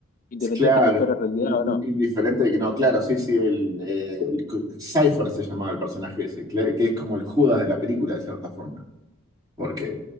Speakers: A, on the left (about 40°); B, on the right (about 20°).
A: independiente
B: Claro,
A: que fuera realidad o no.
B: indiferente de que no, claro, sí, sí, el, eh, el cu- Cypher se llamaba el personaje ese, cla- que es como el Judas de la película, de cierta forma, porque